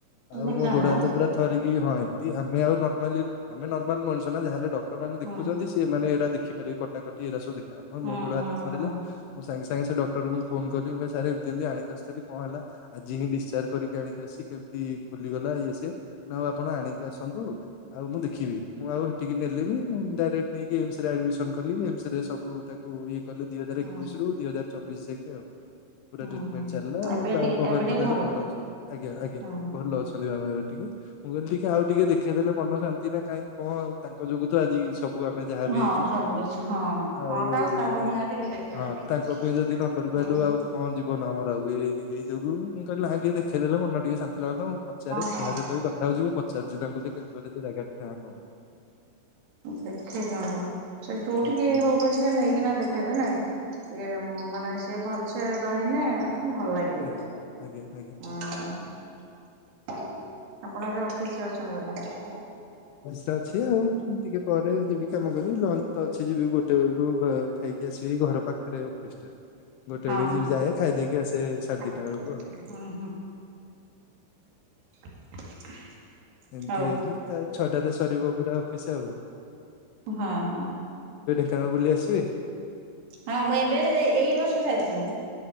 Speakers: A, on the left (about 80°); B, on the right (about 65°).
A: ଆଉ
B: ଦେଖା
A: ମୋ
B: ହେଲା
A: ଗୋଡ ହାତ ପୁରା ଥରିକି ହଁ ଏମତି ଆମେ ଆଉ ନାର୍ମାଲି ଆମେ ନର୍ମାଲ ମଣିଷ ନା ଯାହା ହେଲେ ଡକ୍ଟରମାନେ ଦେଖୁଛନ୍ତି
B: ହୁଁ
A: ସେମାନେ ଏରା ଦେଖିପାରିବେ କଟାକଟି ଏଇରା ସବୁ ଦେଖ <unintelligible>
B: ହୁଁ
A: ମୋ ଗୋଡ
B: ହୁଁ
A: ହାତ ଥରିଲା
B: ହୁଁ
A: ମୁଁ ସାଙ୍ଗେ ସାଙ୍ଗେ ସେ ଡକ୍ଟରଙ୍କୁ ଫୋନ କର ମୁଁ କହିଲି ସାରେ ଏମତୀ ଏମତୀ ଆଣି ଆସିଥିଲି କଣ ହେଲା ଆଜି ହିଁ ଡିସଚାର୍ଜ କରିକି ଆଣିକି ଆସିଛି କେମିତି ଖୋଲିଗଲା ଇଏ ସିଏ। ନାଉ ଆପଣ ଆଣିକି ଆସନ୍ତୁ ଆଉ ମୁଁ ଦେଖିବି ମୁଁ ଆଉ ହେଠିକି ନେଲିନି ଡାଇରେଟ ନେଇକି ଏମ ସରେ ଆଡ଼ମିଶନ କଲି ଏମ ସରେ ସବୁ ତାକୁ ଇଏ କଲି ଦି ହଜାର
B: ହୁଁ
A: ଏକୋଇଶ ରୁ ଦି ହଜାର ଚବିଶ ଯାକେ ଆଉ ପୁରା
B: ହୁଁ
A: ଟ୍ରିଟମେଣ୍ଟ
B: ହୁଁ
A: ଚାଲିଲା ଆଉ
B: ଏବେ
A: ବାବା
B: ଟିକେ
A: ଭଗବାନଙ୍କ
B: ଏବେ ଟିକେ
A: ଦୟାରୁ ଭଲ ଅଛନ୍ତି ଆଜ୍ଞା ଆଜ୍ଞା
B: ହୁଁ ହୁଁ।
A: ଭଲ ଅଛନ୍ତି ବାବା ଏବେ ଟିକେ ମୁଁ କହିଲି ଟିକେ ଆଉ ଟିକେ ଦେଖେଇ ଦେଲେ ମନ ଶାନ୍ତି ନା କାଇଁ କଣ ଆଉ ତାଙ୍କ ଯୋଗୁ ତ ଆଜି ସବୁ ଆମେ ଯାହା
B: ହଁ
A: ବି ହେଇଛୁ
B: ସବୁ
A: ତାଙ୍କ
B: କିଛି
A: ଯୋଗୁ
B: ହଁ
A: ଆଉ
B: ହଁ ତାଉ ତାଙ୍କୁ ନିହାତି ବି ଦେଖେଇବା
A: ହଁ
B: କଥା।
A: ତାଙ୍କ ପାଇଁ ଯଦି ନକରିବୁ ଆଉ
B: ହଁ
A: କଣ ଜୀବନ ଆମର ଆଉ <unintelligible> ଯୋଗୁ କାଲି ଭାଇ ଟିକେ ଦେଖେଇ ଦେଲେ ମନ ଟିକେ ଶା ଥିଲାତା ମୁଁ ପଚାରି
B: ହଁ
A: ଯାହା ସହିତ ବି କଥା ହଉଛି ମୁଁ ପଚାରୁଛି ତାଙ୍କୁ ଟିକେ <unintelligible> ସେ ଜାଗା ନା କଣ?
B: ଦେଖେଇ ଦିଅନ୍ତ ସେ ଯୋଉଠିକି
A: ଆଜ୍ଞା ଆଜ୍ଞା
B: ହଉ ପଛିିକା ନେଇକିନା ଦେଖେଇ ଦେଲେ ଇଏ ଆଉ ମାନେ ସିଏ ଭଲସେ ରହିନେ ଭଲ ଲାଗିବ
A: ଆଜ୍ଞା ଆଜ୍ଞା ଆଜ୍ଞା।
B: ହଁ। ଆପଣ ଏବେ ଅଫିସରେ ଅଛନ୍ତି ବୋଧେ?
A: ଟା ଅଛି ଆଉ ଟିକେ ପରେ ଯିବି କାମ କରିବି ଲଞ୍ଚ ତ ଅଛି ଯିବି ଗୋଟେ ବେଳକୁ ଖା-ଖାଇକି ଆସିବି ଘ ମୋର ପାଖରେ ଅଫିସଟା। ଗୋଟେ
B: ହଁ
A: ବେଳେ
B: ହଁ
A: ଯିଏ ଯାଏ ଖାଇ ଦେଇକି ଆସେ ସାଢେ
B: ଖାଇଦେଇକି
A: ଦିଟା ବେଳକୁ
B: ପଳେଇ ଆସନ୍ତୁ
A: ଆଉ। <inaudible>
B: ହୁଁ ହୁଁ <inaudible>
A: ଏମିତି
B: ହଉ
A: ହେଇକି ତା ଛଅଟାରେ ସରିବ ପୁରା ଅଫିସ ଆଉ।
B: ହଁ ହଁ।
A: କଣ ବୁଲି ଆସିବେ?
B: ହଁ ମୁଁ ଏବେ ଏଇ ବର୍ଷ ଯାଇଥିଲି।